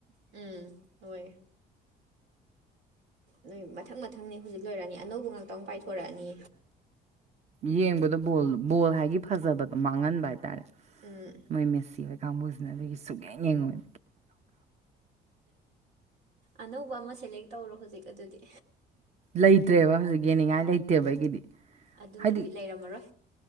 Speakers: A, on the right (about 80°); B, on the right (about 40°).
A: ꯎꯝ ꯂꯣꯏꯌꯦ ꯅꯣꯏ ꯃꯊꯪ ꯃꯊꯪꯅꯦ ꯍꯧꯖꯤꯛ ꯂꯣꯏꯔꯅꯤ ꯑꯅꯧꯕ ꯉꯥꯛꯇ ꯑꯃꯨ ꯄꯥꯏꯊꯣꯔꯛꯑꯅꯤ
B: ꯌꯦꯡꯕꯗ ꯕꯣꯜ ꯕꯣꯜ ꯍꯥꯏꯗꯤ ꯐꯖꯕꯗꯣ ꯃꯥꯡꯍꯟꯕ ꯍꯥꯏꯇꯥꯔꯦ
A: ꯎꯝ
B: ꯃꯣꯏ ꯃꯠꯁꯤꯕꯩ ꯀꯥꯡꯕꯨꯁꯤꯅ ꯑꯗꯨꯒꯤ ꯁꯨꯛꯌꯥꯅ ꯌꯦꯡꯉꯣꯏꯦ
A: ꯑꯅꯧꯕ ꯑꯃ ꯁꯦꯂꯦꯛ ꯇꯧꯔꯣ ꯍꯧꯖꯤꯛ ꯑꯗꯨꯗꯤ
B: ꯂꯩꯇ꯭ꯔꯦꯕ ꯍꯧꯖꯤꯛ ꯌꯦꯡꯅꯤꯡꯉꯥꯏ ꯂꯩꯇꯦꯕ ꯑꯩꯒꯤꯗꯤ
A: ꯑꯗꯨꯅ
B: ꯍꯥꯏꯗꯤ
A: ꯕꯤꯠ ꯂꯩꯔꯝꯃꯔꯣꯏ